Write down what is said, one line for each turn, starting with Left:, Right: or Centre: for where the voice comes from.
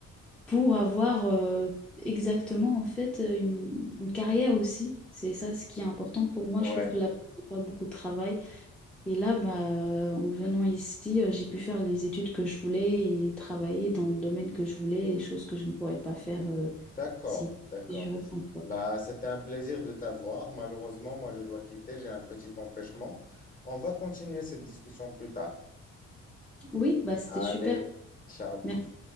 Centre: pour avoir euh, exactement en fait euh, une, une carrière aussi. C'est ça ce qui est important pour moi.
Left: Ouais.
Centre: Je trouve que là, il n'y a pas beaucoup de travail. Et là, bah, en venant ici, euh, j'ai pu faire les études que je voulais et travailler dans le domaine que je voulais, et choses que je ne pourrais pas faire euh,
Left: D'accord,
Centre: si,
Left: d'accord.
Centre: si je retourne, quoi.
Left: Bah, c'était un plaisir de t'avoir. Malheureusement, moi, je dois quitter, j'ai un petit empêchement. On va continuer cette discussion plus tard.
Centre: Oui, bah, c'était
Left: Allez,
Centre: super.
Left: ciao.
Centre: Merci.